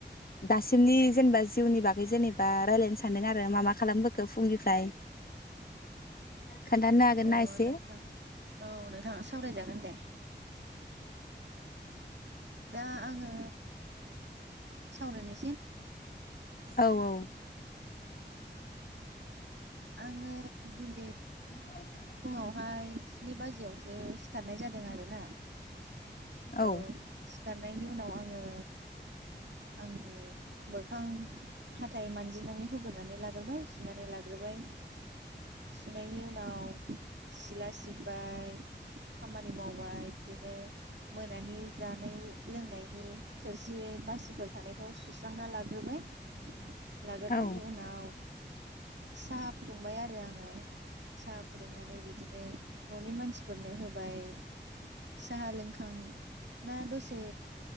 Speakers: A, on the left; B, on the right.
A: दासिमनि जेनेबा जिउनि बागै जेनेबा रायलायनो सानदों आरो मा मा खालामबोखो फुंनिफ्राय खोन्थानो हागोन
B: अ
A: ना एसे
B: नोंथां औ नोंथां सावरायजागोन दे दा आङो सावरायनि
A: औ औ <inaudible>
B: आङो दिनै
A: <inaudible>
B: फुङावहाय स्नि बाजियावसो सिखारनाय जादों आरो ना
A: औ
B: ओ सिखारनायनि उनाव आङो आंनि मोखां हाथाय मानजिनानै हुग्रोनानै लाग गोरबाय सुनानै लाग्रोबाय सुनायनि उनाव सिला सिब्बाय खामानि मावबाय बिदिनो मोनानि जानाय लोंनायनि थोरसि बासिफोर थानायखौ सुस्रांना लाग्रोबाय लागोरनायनि
A: औ
B: उनाव साहा फुदुंबाय आरो आङो सा फुदुंनानै बिदिनो न'नि मानसिफोरनो होबाय साहा लोंखां ना दसे